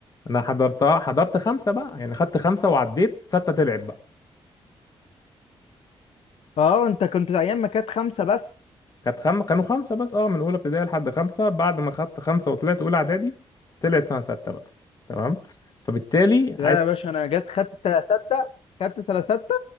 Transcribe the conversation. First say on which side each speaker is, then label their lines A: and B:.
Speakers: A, on the left; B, on the left.
A: انا حضرتها حضرت خمسه بقى يعني خدت خمسه وعديت سته تلعب بقى
B: اه انت كنت ايام ما كانت خمسه بس
A: كانت خم... كانوا خمسه بس اه من اولى ابتدائي لحد خمسه بعد ما خدت خمسه وطلعت اولى اعدادي طلعت سنه سته بقى تمام فبالتالي
B: لا
A: عايز
B: يا باشا انا جت خدت سنه سته خدت سنه سته